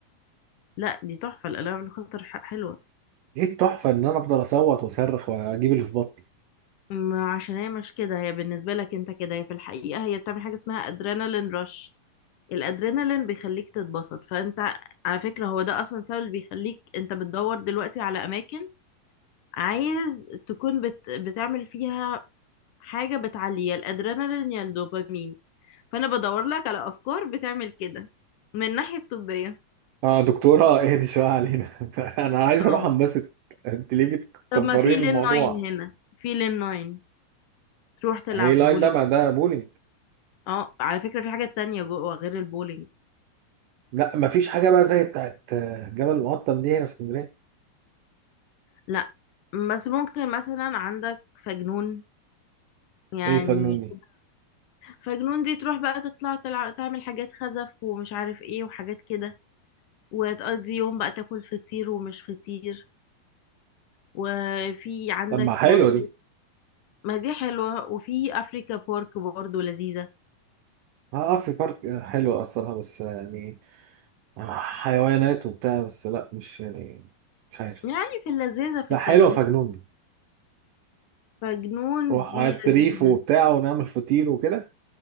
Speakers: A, on the left; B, on the right.
A: لا دي تحفه الالعاب الخطر ح- حلوه
B: ايه التحفه ان انا افضل اصوت واصرخ واجيب اللي في بطني
A: ما عشان هي مش كده هي بالنسبه لك انت كده هي في الحقيقه هي بتعمل حاجه اسمها ادرينالين رش الادرينالين بيخليك تتبسط فانت على فكره هو ده اصلا سبب اللي بيخليك انت بتدور دلوقتي على اماكن عايز تكون بت... بتعمل فيها حاجه بتعلي يا الادرينالين يا الدوبامين فانا بدور لك على افكار بتعمل كده من الناحيه الطبيه
B: اه دكتورة اهدي شوية علينا <laughs> انا عايز
A: اه
B: اروح انبسط انت ليه بتكبرين
A: طب ما في لين
B: الموضوع
A: 9 هنا في لين 9 تروح تلعب
B: يعني ايه لاين
A: بولينج
B: ده ما ده بولينج
A: اه على فكرة في حاجة تانية جوه غير البولينج
B: لا مفيش حاجة بقى زي بتاعت آه، جبل المقطم دي هنا في اسكندرية
A: لا بس ممكن مثلا عندك فجنون يعني
B: ايه فجنون دي
A: فجنون دي تروح بقى تطلع تلعب تعمل حاجات خزف ومش عارف ايه وحاجات كده وتقضي يوم بقى تاكل فطير ومش فطير وفي عندك
B: طب ما حلوة
A: برضه
B: دي
A: ما دي حلوة وفي أفريكا بورك برضه لذيذة
B: اه آه، في بارك آه، حلوة اصلها بس آه، يعني آه، حيوانات وبتاع بس لا مش يعني مش عارف
A: يعني في اللذيذة في
B: لا
A: التغيير
B: حلوة فجنون دي
A: فجنون
B: روح
A: دي
B: هات
A: لذيذة
B: ريف وبتاع ونعمل فطير وكده